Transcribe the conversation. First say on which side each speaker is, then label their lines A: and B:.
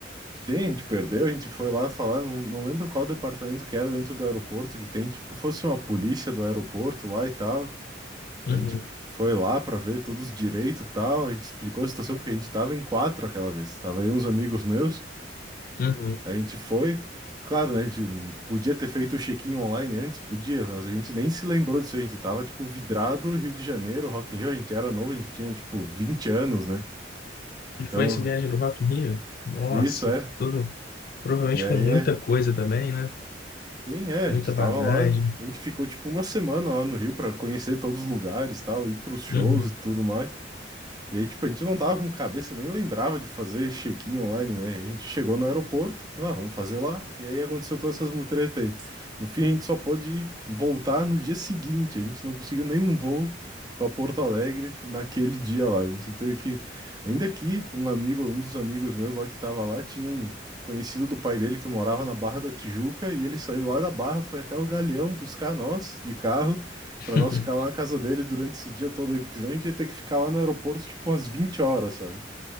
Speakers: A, on the right; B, on the left.
A: Sim, a gente perdeu, a gente foi lá falar, não, não lembro qual departamento que era dentro do aeroporto que tem, tipo, fosse uma polícia do aeroporto lá e tal.
B: Uhum,
A: A gente foi lá pra ver todos os direitos e tal, a gente explicou a situação porque a gente tava em quatro aquela vez, tava aí uns amigos meus.
B: uhum.
A: A gente foi, claro, né? A gente podia ter feito o check-in online antes, podia, mas a gente nem se lembrou disso. A gente tava, tipo, vidrado Rio de Janeiro, Rock in Rio. A gente era novo, a gente tinha, tipo, 20 anos, né?
B: E foi
A: Então,
B: essa viagem do Rock in Rio? Nossa,
A: isso é.
B: tudo, provavelmente
A: E aí
B: com muita
A: é.
B: coisa também, né?
A: Sim, é. A
B: Muita
A: gente
B: bagagem.
A: tava lá, a gente ficou, tipo, uma semana lá no Rio pra conhecer todos os lugares, tal, ir pros shows
B: Uhum.
A: e tudo mais. E aí, tipo, a gente não tava com cabeça, nem lembrava de fazer check-in online, né? A gente chegou no aeroporto, ah, vamos fazer lá. E aí aconteceu todas essas mutretas aí. No fim, a gente só pôde ir voltar no dia seguinte. A gente não conseguiu nenhum voo para Porto Alegre naquele dia lá. A gente teve que. Ainda aqui, um amigo, um dos amigos meus lá que tava lá, tinha um conhecido do pai dele que morava na Barra da Tijuca. E ele saiu lá da Barra, foi até o Galeão buscar nós de carro.
B: <laughs>
A: Pra nós ficar lá na casa dele durante esse dia todo aí, porque senão a gente ia ter que ficar lá no aeroporto tipo umas vinte horas, sabe?